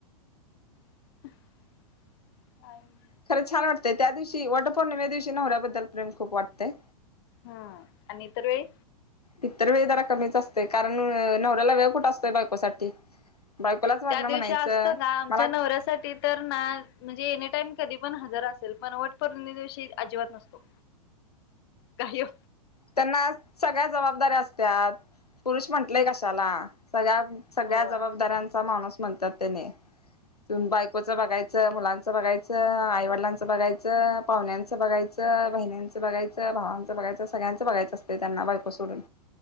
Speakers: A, on the left; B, on the left.
A: <unintelligible>
B: खरं छान वाटतय त्या दिवशी वटपौर्णिमे दिवशी नवऱ्याबद्दल प्रेम खूप वाटतंय.
A: ह आणि इतर वेळी
B: इतर वेळी जरा कमीच असतय कारण नवऱ्याला वेळ कुठ असतोय बायकोसाठी बायकोलाच वरण
A: त्या दिवशी
B: म्हणायचं
A: असत का? आमच्या
B: मला
A: नवऱ्यासाठी तर ना म्हणजे एनी टाइम कधी पण हजार असेल पण वटपौर्णिमे दिवशी अजिबात नसतो, गायब
B: त्यांना सगळ्या जबाबदाऱ्या असत्यात. पुरुष म्हंटलेय कशाला, सगळ्या सगळ्या
A: होय
B: जबाबदाऱ्यांचा माणूस म्हणत्यात तेनी युन बायकोच बघायच, मुलां बघायचं, आईवडलांचं बघायचं, पाहुण्यांचं बघायचं, बहिनंचं बघायचं, भावांचं बघायचं, स सगळ्यांच बघायचं असते त्यांना बायको सोडून.